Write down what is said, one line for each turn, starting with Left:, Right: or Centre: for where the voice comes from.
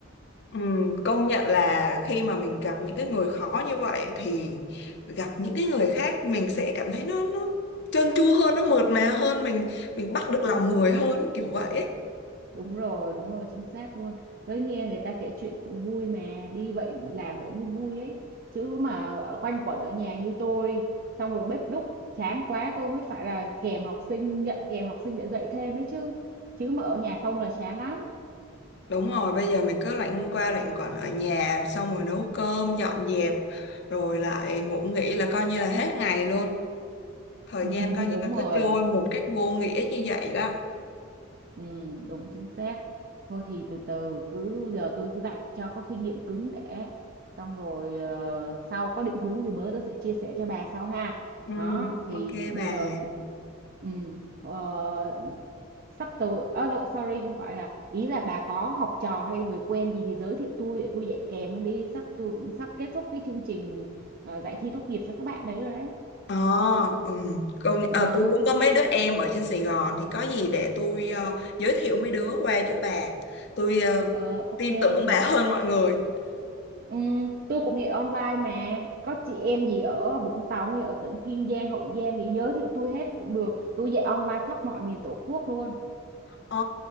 Left: ừ, công nhận là khi mà mình gặp những cái người khó như vậy thì gặp những cái người khác mình sẽ cảm thấy nó nó trơn tru hơn nó mượt mà hơn mình mình bắt được
Right: đúng
Left: lòng
Right: chính
Left: người
Right: xác
Left: hơn ấy, kiểu vậy ấy.
Right: đúng rồi đúng rồi chính xác luôn với nghe người ta kể chuyện cũng vui mà đi vậy làm vậy mới vui ấy chứ mà ở- quanh quẩn ở nhà như tôi xong rồi bếp núc chán quá tôi mới phải là kèm học sinh nhận kèm học sinh để dạy thêm ấy chứ chứ mà ở nhà không là chán lắm
Left: đúng rồi bây giờ mình cứ lạnh qua lạnh quẩn ở nhà xong rồi nấu cơm dọn dẹp rồi lại ngủ nghỉ là coi như là hết ngày luôn thời
Right: <laughs>
Left: gian coi như
Right: đúng
Left: là
Right: rồi
Left: cứ trôi một cách vô nghĩa như vậy đó
Right: Ừ, đúng chính xác. Thôi thì từ từ cứ giờ tôi cứ dạy cho có kinh nghiệm cứng để xong rồi ờ, sau có định hướng gì mới tôi sẽ chia sẻ cho bà sau ha.
Left: ừ,
Right: Đó thì
Left: ok
Right: bây
Left: bà
Right: giờ ừ, ừ, ờ, sắp tới à, lộ sorry không phải là ý là bà có học trò hay là người quen gì thì giới thiệu tôi để tôi dạy kèm luôn đi, sắp tôi cũng sắp kết thúc cái chương trình ờ, dạy thi tốt nghiệp cho các bạn đấy rồi đấy.
Left: Ờ, ừm, công,
Right: Ờ
Left: à, tôi cũng có mấy đứa em ở trên Sài Gòn thì có gì để tôi ờ, giới thiệu mấy đứa qua chỗ bà. Tôi ờ,
Right: ờ, ok
Left: tin tưởng bà
Right: được.
Left: <laughs> hơn mọi người.
Right: Ừ, tôi cũng dạy online mà có chị em gì ở Vũng Tàu hay ở tỉnh Kiên Giang Hậu Giang gì giới thiệu tôi hết cũng được tôi dạy online khắp mọi miền Tổ quốc luôn
Left: Ồ,